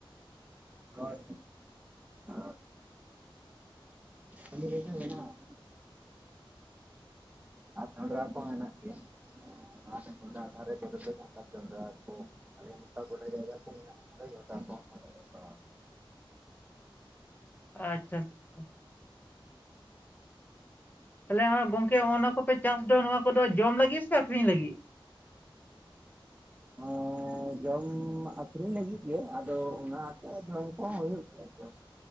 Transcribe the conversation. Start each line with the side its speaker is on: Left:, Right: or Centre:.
Right: <inaudible> ᱟᱨ ᱟ. ᱰᱤ ᱠᱤᱪᱷᱩ ᱢᱮᱱᱟᱜ ᱟ ᱟᱨ ᱡᱚᱱᱰᱨᱟ ᱠᱚ ᱢᱮᱱᱟᱜ ᱜᱮᱭᱟ ᱟᱨ ᱱᱚᱣᱟ ᱫᱟᱜ ᱫᱷᱟᱨᱮ ᱠᱚᱨᱮ ᱛᱮᱫᱚ ᱡᱚᱱᱰᱨᱟ ᱠᱚ ᱟᱞᱮᱭᱟᱜ ᱜᱚᱴ ᱡᱟᱭᱜᱟ ᱠᱚ ᱢᱮᱱᱟᱜ <inaudible>
Left: ᱟᱪᱪᱷᱟ ᱟᱪᱪᱷᱟ ᱛᱟᱦᱚᱞᱮ ᱜᱚᱝᱠᱮ ᱱᱚᱜ ᱚᱱᱟ ᱠᱚᱯᱮ ᱪᱟᱥ ᱮᱫᱟ ᱱᱚᱣᱟ ᱠᱚᱫᱚ ᱡᱚᱢ ᱞᱟᱹᱜᱤᱫ ᱥᱮ ᱟᱠᱷᱨᱤᱧ, ᱞᱟᱹᱜᱤᱫ?
Right: ᱚᱸᱻ ᱡᱚᱢ ᱟᱠᱷᱨᱤᱧ ᱞᱟᱹᱜᱤᱫ ᱜᱮ ᱟᱫᱚ ᱚᱱᱟᱛᱮ ᱡᱚᱢ ᱠᱚᱦᱚᱸ ᱦᱩᱭᱩᱜ ᱜᱮᱭᱟ ᱛᱚ ᱾